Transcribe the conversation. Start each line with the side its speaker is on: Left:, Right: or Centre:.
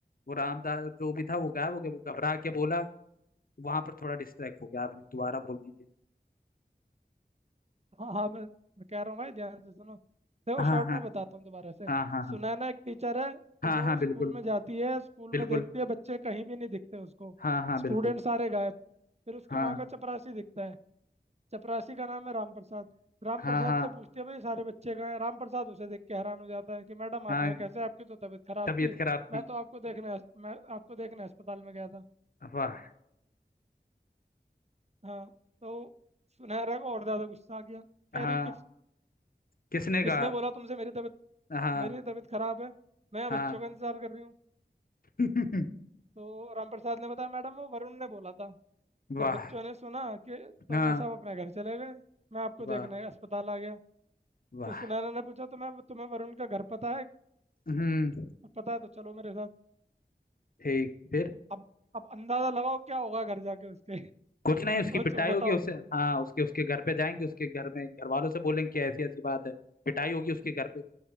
Left: वो रामदास जो भी था वो गायब हो गया वो घबरा के बोला वहां पर थोड़ा डिस्ट्रैक्ट हो गया आप दोबारा बोल दीजिए
Right: हाँ हाँ मैं मैं कह रहा हूँ भाई ध्यान से सुनो देखो
Left: हाँ
Right: शॉर्ट
Left: हाँ
Right: में बताता हूँ दोबारा से
Left: हाँ हाँ
Right: सुनैना एक टीचर है तो
Left: हाँ
Right: वो
Left: हाँ हाँ
Right: स्कूल
Left: बिल्कुल
Right: में जाती है स्कूल
Left: बिल्कुल
Right: में देखती है बच्चे कहीं भी नहीं दिखते उसको
Left: हाँ हाँ
Right: स्टूडेंट
Left: बिल्कुल
Right: सारे गायब फिर उसको
Left: हाँ
Right: वहाँ का चपरासी दिखता है चपरासी का नाम है राम प्रसाद राम
Left: हाँ
Right: प्रसाद
Left: हाँ
Right: से पूछती है भाई सारे बच्चे कहाँ हैं राम प्रसाद उसे देख के हैरान हो जाता है कि मैडम
Left: हाँ
Right: आप यहाँ कैसे आपकी तो तबीयत खराब
Left: तबीयत
Right: थी
Left: खराब थी
Right: मैं तो आपको देखने हस- मैं आपको देखने अस्पताल में गया था
Left: वाह
Right: हाँ तो सुनहरा को और ज्यादा गुस्सा आ गया कह
Left: हाँ
Right: रही किस
Left: किसने कहा
Right: किसने बोला तुमसे मेरी तबीयत
Left: हाँ
Right: मेरी तो तबीयत खराब है मैं यहाँ
Left: हाँ
Right: बच्चों का इंतजार कर रही हूँ
Left: <laughs>
Right: तो राम प्रसाद ने बताया मैडम वो वरुण ने बोला था
Left: वाह
Right: जब बच्चों ने सुना कि तो
Left: हाँ
Right: वे सब अपने घर चले गए मैं आपको
Left: वाह
Right: देखने अस्पताल आ गया
Left: वाह
Right: तो सुनैना ने पूछा तो मैं तुम्हें वरुण का घर पता है
Left: हम्म
Right: पता है तो चलो मेरे साथ
Left: ठीक फिर
Right: अब अब अंदाजा लगाओ क्या होगा घर जाके उसके
Left: कुछ
Right: <laughs>
Left: नहीं उसकी
Right: सोचो
Left: पिटाई
Right: बताओ
Left: होगी उसे हाँ उसके उसके घर पे जाएंगे उसके घर में घर वालों से बोलेंगे कि ऐसी ऐसी बात है पिटाई होगी उसके घर पे